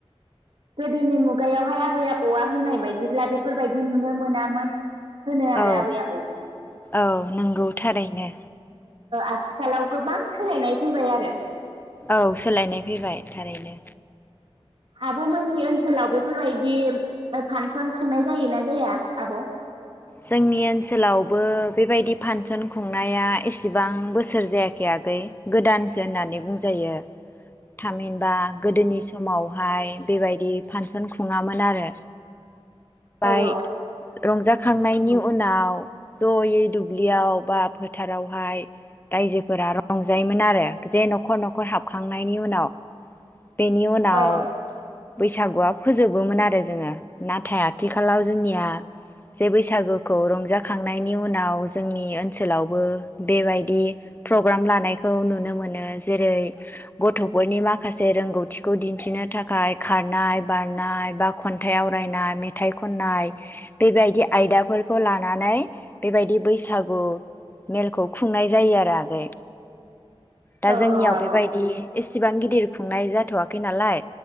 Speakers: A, on the right; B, on the left.
A: गोदोनि मुगायावहाय आबै आबौआ होननाय बायदिब्ला बेफोर बायदि नुनो मोनामोन। होनो आरो
B: औ
A: आबै आबौ
B: औ नंगौ थारैनो।
A: आथिखालाव गोबां सोलायनाय फैबाय आरो।
B: औ सोलायनाय फैबाय थारैनो
A: आब'मोननि ओनसोलाव बेफोर बायदि फांसन खुंनाय जायोना जाया आब'।
B: जोंनि ओनसोलावबो बेबायदि फांसन खुंनाया एसेबां बोसोर जायाखै आगै गोदानसो होननानै बुंजायो। थाम हिनबा गोदोनि समावहाय बेबायदि फांसन खुङामोन आरो। ओमफ्राय
A: औ औ।
B: रंजाखांनायनि उनाव जयै दुब्लियाव बा फोथारावहाय रायजोफोरा रंजायोमोन आरो जे न'खर न'खर हाबखांनायनि उनाव। बेनि उनाव।
A: औ
B: बैसागुआ फोजोबोमोन आरो जोंङो नाथाय आथिखालाव जोंनिया जे बैसागोखौ रंजाखांनायनि उनाव जोंनि ओनसोलावबो बेबायदि प्रग्राम लानायखौ नुनो मोनो जेरै गथफोरनि माखासे जे रोंगौथिखौ दिन्थिनो थाखाय खारनाय बारनाय बा खन्थाइ आवरायनाय मेथाइ खन्नाय बेबायदि आयदाफोरखौ लानानै बेबायदि बैसागु मेलखौ खुंनाय जायो आरो आगै। दा
A: औ
B: जोंनियाव
A: औ आब'
B: बेबायदि एसेबां गिदिर खुंनाय जाथ'वाखै नालाय